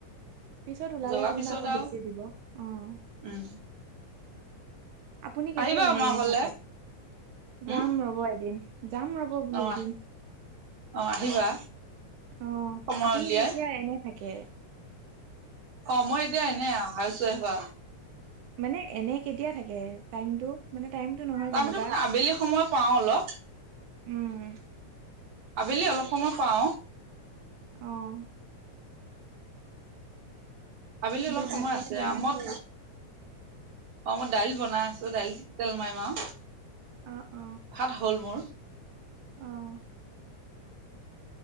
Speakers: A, on the right; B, on the right.
A: পিছত ওলালে
B: জগাৰ
A: যেনিবা
B: পিছত
A: আকৌ বেচি
B: আৰু
A: দিব উম।
B: উম
A: আপুনি কেতিয়া
B: আহিবা
A: এনে,
B: আমাৰ
A: এনে
B: ঘৰলে
A: থাকে? যাম
B: উম
A: ৰ'ব এদিন। যাম ৰ'ব। বোলো
B: অ',
A: এদিন
B: আহ, অ', আহিবা।
A: অ
B: সময়
A: আপুনি
B: উলিয়াই।
A: কেতিয়া এনে থাকে
B: অ', মই এতিয়া এনে হাউচ ৱাইফ আৰু।
A: মানে এনে কেতিয়া থাকে টাইমটো? মানে টাইমটো নহয়
B: টাইমটো
A: যেনিবা
B: মানে আবেলি সময় পাওঁ অলপ।
A: উম
B: আবেলি অলপ সময় পাওঁ।
A: অ'।
B: আবেলি অলপ
A: এতিয়া
B: সময়
A: ভাত পানী
B: আছে
A: বনাই
B: আ, মত
A: হ'ল
B: অ', মই দাইল বনাই আছোঁ দাইল তেল মাৰিম আও।
A: অ অ
B: ভাত হ'ল মোৰ
A: অঁ